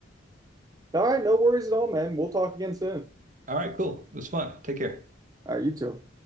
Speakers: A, on the right (about 20°); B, on the right (about 40°).
A: All right, no worries at all, man. We'll talk again soon.
B: All right, cool. It was fun. Take care.
A: All right, you too.